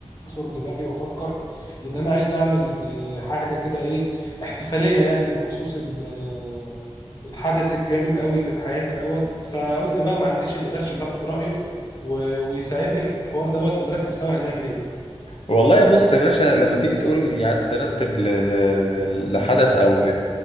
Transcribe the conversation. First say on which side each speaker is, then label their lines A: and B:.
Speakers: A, on the left (about 40°); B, on the left (about 65°).
A: اعصر دماغي وافكر ان انا عايز اعمل آه، حاجه كده ايه احتفاليه يعني بخصوص ال- آه، الحدث الجامد قوي اللي في حياتي دوت فقلت بقى ما عنديش الا درش اللي اخد رايه و- ويساعدني في الحوار دوت ونرتب سوا هنعمل ايه
B: والله بص يا باشا لما تيجي تقول لي عايز ترتب ل... ل... لحدث او ل